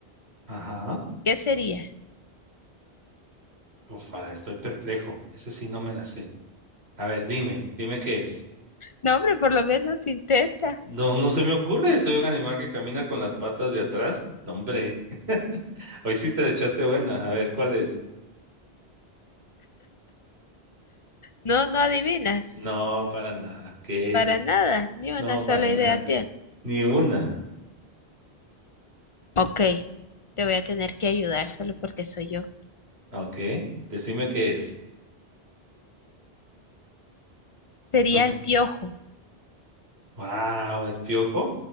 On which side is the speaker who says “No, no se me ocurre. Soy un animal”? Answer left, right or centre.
Right